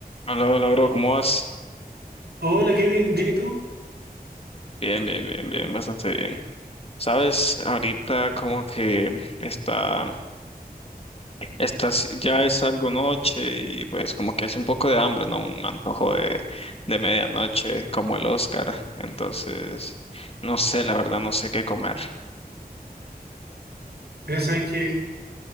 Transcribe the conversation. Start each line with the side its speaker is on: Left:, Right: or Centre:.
Left: Hola, hola, bro, ¿cómo vas?
Right: Hola Kevin, ¿bien y tú?
Left: Bien, bien, bien, bien, bastante bien. Sabes, ahorita como que está, está, si- ya es algo noche y pues como que hace un poco de hambre, ¿no? Un antojo de, de medianoche, como el Oscar. Entonces, no sé, la verdad, no sé qué comer.
Right: Pero sabes que